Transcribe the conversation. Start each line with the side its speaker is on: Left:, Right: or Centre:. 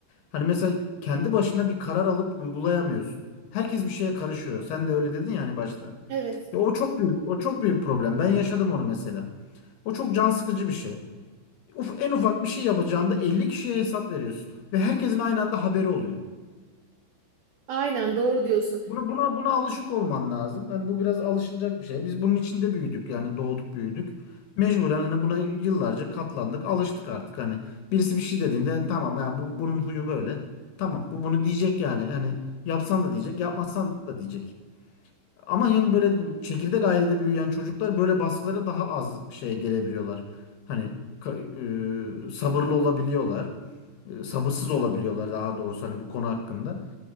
Left: Hani mesela kendi başına bir karar alıp uygulayamıyorsun. Herkes bir şeye karışıyor. Sen de öyle dedin ya hani başta.
Right: Evet.
Left: Ya o çok büyük, o çok büyük problem. Ben yaşadım onu mesela. O çok can sıkıcı bir şey. Uf, en ufak bir şey yapacağında 50 kişiye hesap veriyorsun ve herkesin aynı anda haberi oluyor.
Right: Aynen doğru diyorsun.
Left: Bunu buna buna alışık olman lazım. Hani bu biraz alışılacak bir şey. Biz bunun içinde büyüdük yani doğduk büyüdük. Mecburen hani buna yıllarca katlandık, alıştık artık hani. Birisi bir şey dediğinde "E, tamam ya bu bunun huyu böyle. Tamam bu bunu diyecek yani. Yani yapsan da diyecek, yapmasan da diyecek. Ama yani böyle çekirdek ailede büyüyen çocuklar böyle baskılara daha az şey gelebiliyorlar. Hani ka- e, sabırlı olabiliyorlar. E, sabırsız olabiliyorlar daha doğrusu hani bu konu hakkında.